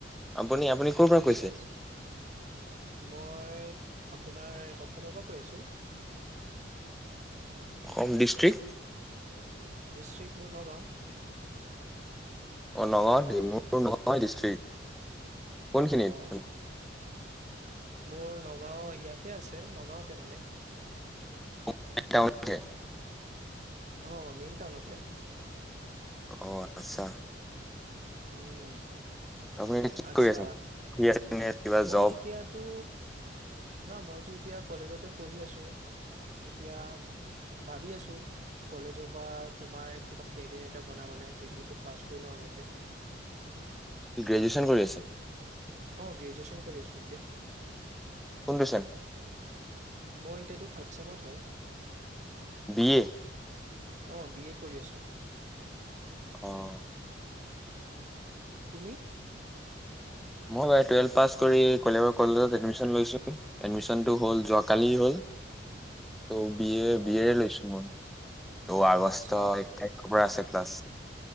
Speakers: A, in the centre; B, on the right (about 40°).
A: আপুনি আপুনি ক'ৰ পৰা
B: আচ্ছা
A: কৈছে
B: আচ্ছা, মই আপোনাৰ অসমৰ পৰা কৈ আছো
A: অসম ডিষ্টষ্ট্ৰিক্
B: ডিষ্ট্ৰিকট মোৰ নগাঁও
A: অ ডিমু নহয় দৃষ্ট্ৰিক। কোন খিনিত।
B: অ', মোৰ নগাঁও ইয়াতে আছে নগাঁওতে মানে।
A: <inaudible>
B: অ', মেইন টাউনতে।
A: অ আচ্ছা
B: উম'।
A: আপনি এতিয়া কি
B: আচ্ছা
A: কৰি আছে? শুই আছে। নে কিবা
B: মই
A: জব
B: এতিয়াটো না মইতো এতিয়া কলেজতে পঢ়ি আছো। এতিয়া ভাবি আছো কলেজৰ পৰা তোমাৰ কিবা কেৰিয়াৰ এটা বনাবলৈ ডিগ্ৰীটো পাছ কৰি লওঁ আগতে।
A: কি গ্ৰেজোৱেচন কৰি আছে?
B: অ', গ্ৰেজোৱেচন কৰি আছো এতিয়া।
A: কোন দিচন
B: মই এতিয়াটো থাৰ্ড ছেমত হয়।
A: B A?
B: অ', বি এ কৰি আছো।
A: অ',
B: তুমি?
A: মই বাৰু টুৱেল্ভ পাছ কৰি কলিয়াবৰ কলেজত এডমিশ্যন লৈছোঁ। এডমিশ্যনটো হ'ল যোৱাকালি হ'ল। ত' B A,
B: uh
A: B A লৈছো মই। অ', আগষ্ট
B: আচ্ছা
A: এক তাৰিখৰ পৰা আছে। প্লাছ।